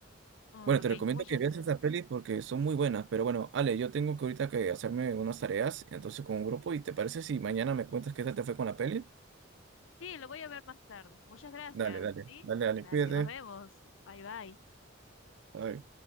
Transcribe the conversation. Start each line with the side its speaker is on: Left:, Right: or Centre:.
Left: Oh,
Right: Bueno,
Left: ok,
Right: te recomiendo
Left: muchas
Right: que veas
Left: gracias.
Right: esas pelis porque son muy buenas, pero bueno, Ale, yo tengo que ahorita que hacerme unas tareas, entonces con un grupo, ¿y te parece si mañana me cuentas qué tal te fue con la peli?
Left: Sí, lo voy a ver más tarde. Muchas gracias,
Right: Dale, dale,
Left: ¿sí?
Right: dale, dale,
Left: Dale,
Right: cuídate.
Left: nos vemos. Bye, bye.
Right: Bye.